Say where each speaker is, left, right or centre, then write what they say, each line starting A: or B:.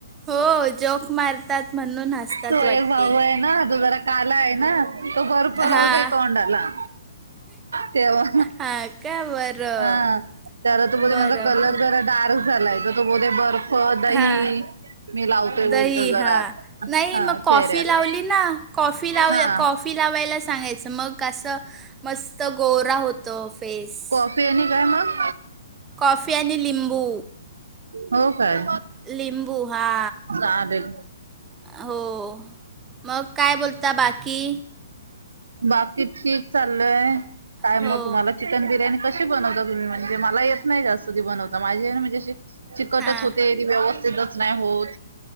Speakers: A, on the right (about 15°); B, on the right (about 85°).
A: हो जोक मारतात म्हणून हसतात
B: तो
A: वाटते.
B: एक भाऊ आहे ना तो जरा काला आहे ना तो बर्फ लावत
A: हां
B: आहे तोंडाला. तेव्हा
A: हां का बरं
B: हा त्याला तू ब
A: बरं
B: माझा कलर
A: मग
B: जरा डार्क झालाय तर तू बोल बर्फ दही.
A: हां
B: मी लावतोय
A: दही
B: बोलतो
A: हा
B: जरा आता
A: नाही
B: हा
A: मग कॉफी
B: चेहऱ्याला
A: लावली ना कॉफी लाव
B: हा
A: कॉफ- काफी लावायला सांगायचं मग असं मस्त गोरा होत फेस-
B: कॉफी आणि काय मग.
A: कॉफी आणि लिंबू
B: हो काय
A: लिंबू हा.
B: चालेल.
A: हो मग काय बोलता बाकी?
B: बाकी कि ठीक चालय टायम
A: हो.
B: मग तुम्हाला. चिकन बिर्याणी कशी बनवता तुम्ही म्हणजेला येत नाही जास्ती बनवता माझे म्हणजेशी- तिकटच
A: हां.
B: होतेी व्यवस्थितच नाही होत.